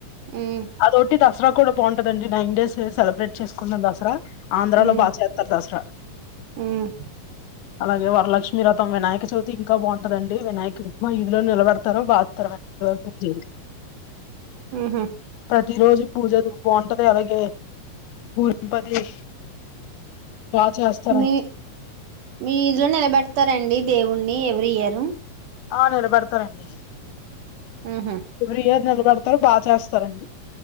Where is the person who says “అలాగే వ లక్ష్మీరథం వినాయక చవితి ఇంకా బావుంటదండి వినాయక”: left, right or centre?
Left